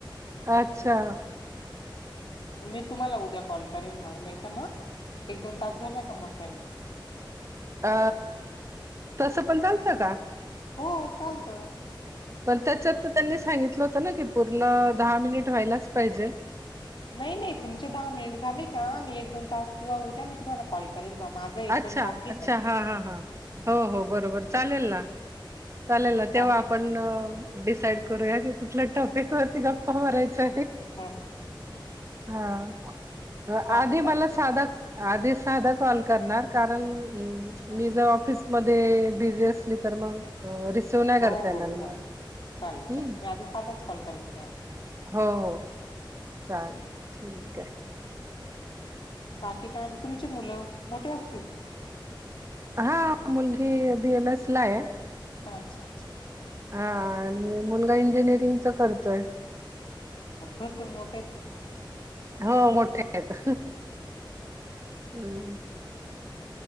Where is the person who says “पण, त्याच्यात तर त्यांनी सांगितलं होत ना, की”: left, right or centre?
Right